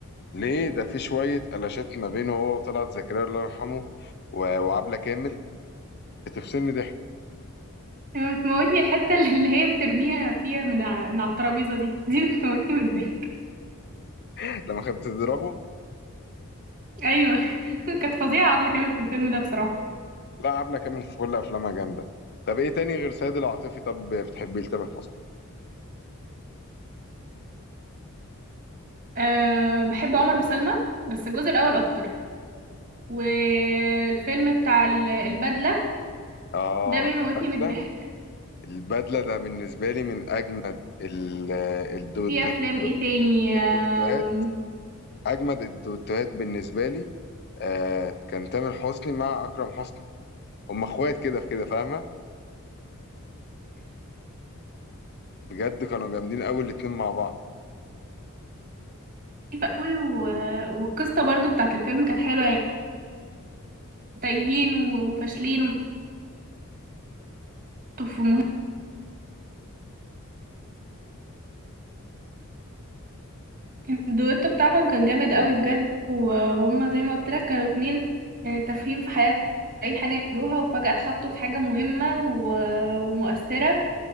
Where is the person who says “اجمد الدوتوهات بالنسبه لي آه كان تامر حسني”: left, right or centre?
Left